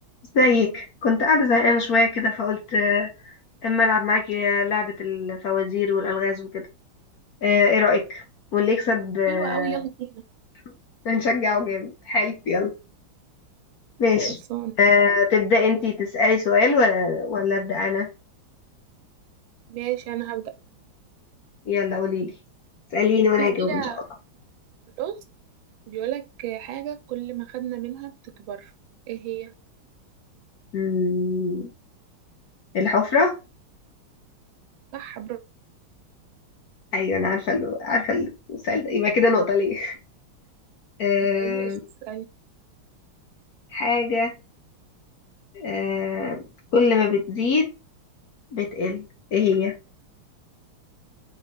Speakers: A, on the left; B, on the right.
A: ازيك كنت قاعدة زهقانة شوية كده فقلت آه، اما العب معاكي لعبة الفوازير والألغاز وكده آه، ايه رأيك واللي يكسب آه،
B: حلوة أوي يلا بينا
A: <laughs> هنشجعه جامد حلو يلا ماشي
B: خلصان
A: آه، تبدأ انتي تسألي سؤال ولا ولا أبدأ أنا
B: ماشي أنا هبدأ
A: يلا قوليلي اسأليني وأنا
B: في كده
A: هجاوب إن شاء الله
B: لغز بيقولك حاجة كل ما خدنا منها بتكبر ايه هي
A: مم، الحفرة
B: صح برافو
A: أيوة أنا عارفة ال- عارفة السؤال ده يبقى كده نقطة ليه <laughs> آه،
B: ماشي اسألي
A: حاجة آه، كل ما بتزيد بتقل ايه هي؟